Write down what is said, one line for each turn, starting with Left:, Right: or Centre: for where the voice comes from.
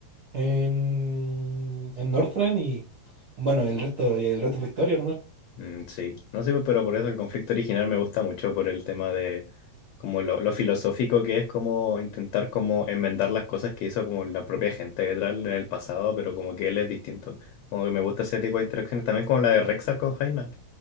Right: en, en Northrend y bueno, el resto, el resto fue historia nomás.
Left: Mm, sí, no sé, pero por eso el conflicto original me gusta mucho por el tema de como lo, lo filosófico que es como intentar como enmendar las cosas que hizo como la propia gente de Tral en el pasado, pero como que él es distinto. Como que me gusta ese tipo de interacciones también como la de Rexar con Jaina,